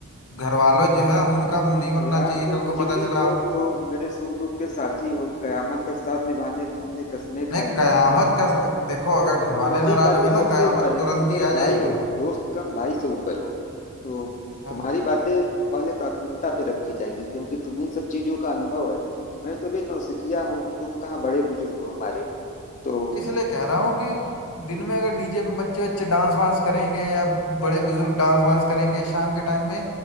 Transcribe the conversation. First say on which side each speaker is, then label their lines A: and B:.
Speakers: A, on the left; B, on the left.
A: घर वालों जो है उनका मुंह नहीं बनना
B: यार
A: चाहिए
B: तुम
A: कल को
B: जिगरी
A: पता चला
B: दोस्त हो मेरे सुख दुख के साथी हो कयामत तक साथ निभाने की हमने कस्में
A: नहीं
B: खाई
A: कयामत
B: हैं तो,
A: का देखो
B: तो
A: अगर घर
B: तुम्हारी
A: वाले नाराज
B: बातें
A: हो गए
B: सबसे
A: ना कयामत
B: ऊपर है
A: तुरंत
B: तुम मेरे
A: ही आ
B: भाई
A: जाएगी
B: हो दोस्त कम भाई से ऊपर हो तो
A: हाँ।
B: तुम्हारी बातें पहले प्राथमिकता पे रखी जाएंगी क्योंकि तुम्हें इन सब चीजों का अनुभव है मैं तो भी नौसिखिया हूँ तुम कहाँ बड़े बुजुर्ग हो हमारे तो
A: इसलिए कह रहा हूँ कि दिन में अगर डीजे पे बच्चे बच्चे डांस वांस करेंगे या बड़े बुजुर्ग डांस वांस करेंगे शाम के टाइम में